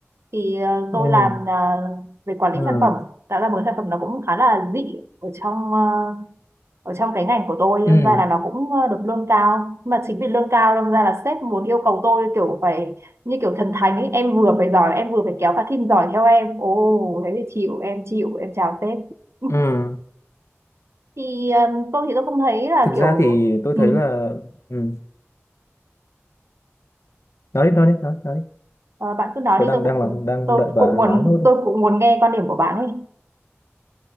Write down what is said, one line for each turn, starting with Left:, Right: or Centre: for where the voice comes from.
Right: thì ờ, tôi
Left: ừ
Right: làm ờ, về quản lý
Left: ừ
Right: sản phẩm tạo ra một cái sản phẩm nó cũng khá là dị ở trong ờ, ở trong cái ngành của tôi
Left: ừ
Right: đâm ra là nó cũng ờ, được lương cao Nhưng mà chính vì lương cao đâm ra là sếp muốn yêu cầu tôi kiểu phải như kiểu thần thánh ấy em vừa phải giỏi em vừa phải kéo cả team giỏi theo em ồ thế thì chịu em chịu em chào sếp <laughs>
Left: ừ
Right: thì ờ, tôi thì tôi không thấy là
Left: thực
Right: kiểu
Left: ra thì tôi
Right: ừ,
Left: thấy là ừ. nói đi nói đi nói, nói đi
Right: ờ, bạn cứ nói
Left: tôi
Right: đi
Left: đang
Right: tôi cũng
Left: đang làm
Right: cũng-
Left: đang
Right: tôi
Left: đợi bà
Right: cũng
Left: nói
Right: muốn
Left: nốt đi
Right: tôi cũng muốn nghe quan điểm của bạn ấy